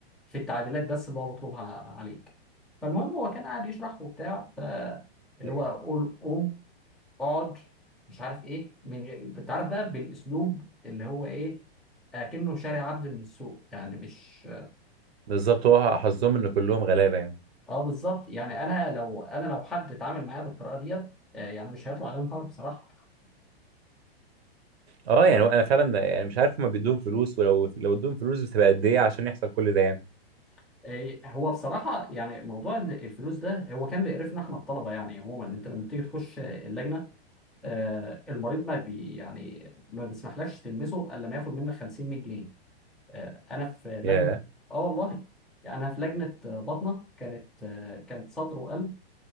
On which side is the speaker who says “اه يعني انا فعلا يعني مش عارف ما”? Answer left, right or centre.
Right